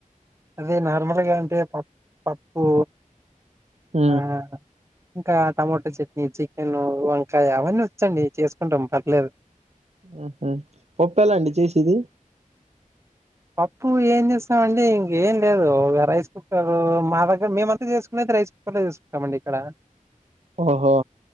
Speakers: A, on the right (about 20°); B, on the right (about 50°).
A: అదే నార్మల్గా అంటే పప్పు పప్పు
B: ఉ
A: ఆ ఇంకా టమాటా చట్నీ చికెన్ వంకాయ అవన్నీ వచ్చండి చేసుకుంటాం పర్లేదు
B: ఆహ ఒక్కలండి చేసేది
A: పప్పు ఏం చేస్తామండి ఇంకేం లేదు ఆ రైస్ ఆగో మా దగ్గర మేమంతా చేసుకునేది రైస్ కుక్కర్లో చేసుకుంటాంమండి ఇక్కడ
B: ఓహో